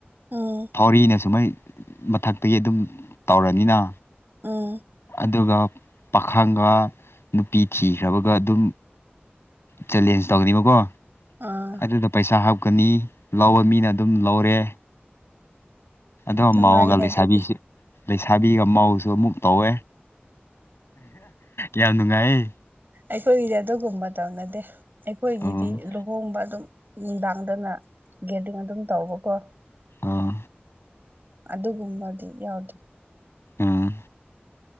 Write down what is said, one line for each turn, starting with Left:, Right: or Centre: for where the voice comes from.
Right: ꯎꯝ
Left: ꯊꯧꯔꯤꯅ ꯁꯨꯃꯥꯏ ꯃꯊꯛꯇ ꯌꯦꯇꯨꯝ ꯇꯧꯔꯅꯤꯅ
Right: ꯎꯝ
Left: ꯑꯗꯨꯒ ꯄꯥꯈꯪꯒ ꯅꯨꯄꯤ ꯊꯤꯈ꯭ꯔꯕꯒ ꯑꯗꯨꯝ ꯆꯦꯂꯦꯟꯖ ꯇꯧꯅꯤꯕꯀꯣ
Right: ꯑꯥ
Left: ꯑꯗꯨꯗ ꯄꯩꯁꯥ ꯍꯥꯞꯀꯅꯤ ꯂꯧꯕ ꯃꯤꯅ ꯑꯗꯨꯝ ꯂꯧꯔꯦ ꯑꯗꯣ
Right: ꯅꯨꯡꯉꯥꯏꯅꯦ
Left: ꯃꯥꯎꯒ ꯂꯩꯁꯥꯕꯤꯁꯨ
Right: ꯑꯗꯨꯗꯤ
Left: ꯂꯩꯁꯥꯕꯤꯒ ꯃꯥꯎꯁꯨ ꯑꯃꯨꯛ ꯇꯧꯋꯦ ꯌꯥꯝ ꯅꯨꯡꯉꯥꯏ
Right: ꯑꯩꯈꯣꯏꯒꯤꯗꯤ ꯑꯗꯨꯒꯨꯝꯕ ꯇꯧꯅꯗꯦ ꯑꯩꯈꯣꯏꯒꯤꯗꯤ
Left: ꯑꯣ
Right: ꯂꯨꯍꯣꯡꯕ ꯑꯗꯨꯝ ꯅꯨꯡꯗꯥꯡꯗꯅ ꯒꯦꯗꯔꯤꯡ ꯑꯗꯨꯝ ꯇꯧꯕꯀꯣ
Left: ꯑꯣ
Right: ꯑꯗꯨꯒꯨꯝꯕꯗꯤ ꯌꯥꯎꯗꯦ
Left: ꯑꯥ